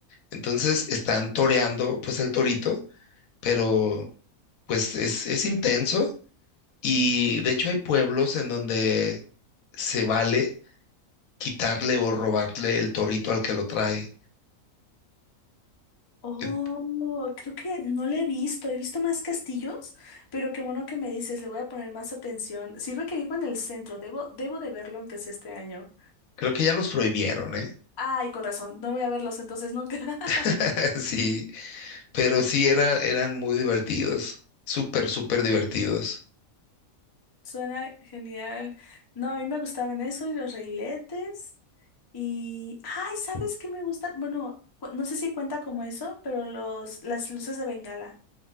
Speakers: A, on the left; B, on the left.
A: Entonces están toreando pues el torito, pero pues es, es intenso y de hecho hay pueblos en donde se vale quitarle o robarle el torito al que lo trae.
B: Oh,
A: En-
B: creo que no le he visto. He visto más castillos, pero qué bueno que me dices, le voy a poner más atención. Sirve que vivo en el centro, debo, debo de verlo aunque sea este año.
A: Creo que ya los prohibieron, ¿eh?
B: Ay, con razón, no voy a verlos entonces nunca. <laughs>
A: <laughs> Sí. Pero sí, era- eran muy divertidos, súper, súper divertidos.
B: Suena genial. No, a mí me gustaban eso y los reiletes. Y, ay, ¿sabes qué me gustan? Bueno, cu- no sé si cuenta como eso, pero los, las luces de Bengala,